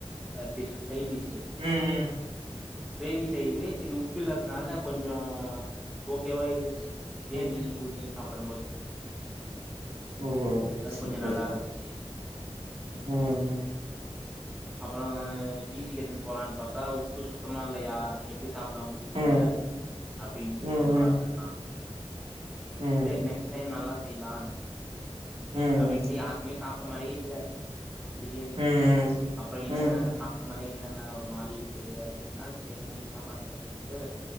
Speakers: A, in the centre; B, on the right.
A: அ டிஃ சைடீஸ்
B: ம் ம்
A: கிரேவி செய்யவே சரி உப்பு இல்லாதனால கொஞ்சோ ஓகேவா இருந்துச்சு கிரேவி
B: ம்
A: ஊத்தின்னனு சாப்படும்போது
B: ஓ
A: அது
B: சூப்பர்
A: கொஞ்சம் நல்லா
B: ப்ரோ
A: இருந்துச்சு
B: ம்
A: அப்புறம் வீட்டுக்கு எத்துனு போலான்னு பாத்தா உப்பு சுத்தமா இல்லையா எப்டி சா சாப்டுவங்க வீட்ல
B: ம்
A: அப்படின்ட்டு
B: ம்
A: சொல்றாங்க
B: ம்
A: எல்லாம்
B: ம்
A: செரி நெக்ஸ்ட் டைம் நல்லா செய்யலாம்
B: ம் ம்
A: அப்டின்ட்டு
B: ம்
A: யாருக்குமே சாப் ட மாரியே இல்ல பிரியாணி
B: ம் ம்
A: அப்புறம் என்னன்ன
B: ம்
A: சாப்பிட்ட மாரே இல் ஒரு மாரி இருக்கு அப்படின்னா சரி என்ன பண்றதுன்ட்டு